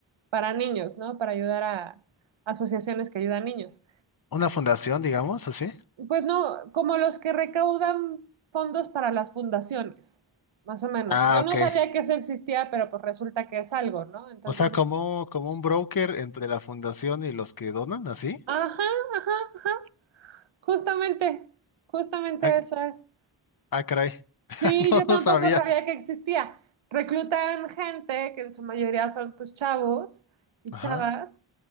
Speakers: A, on the right; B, on the left.
A: para niños, ¿no? Para ayudar a asociaciones que ayudan a niños.
B: ¿Una fundación, digamos, así?
A: Pues no, como los que recaudan fondos para las fundaciones, más o menos.
B: Ah,
A: Yo no
B: ok.
A: sabía que eso existía, pero pues resulta que es algo, ¿no? Entonces,
B: O sea, como,
A: yo,
B: como un broker entre la fundación y los que donan, ¿así?
A: ajá, ajá, ajá, justamente, justamente
B: Ah,
A: eso es.
B: Ah, caray. <laughs>
A: Sí,
B: No,
A: yo tampoco
B: no sabía.
A: sabía que existía. Reclutan gente, que en su mayoría son pues chavos y
B: Ajá,
A: chavas,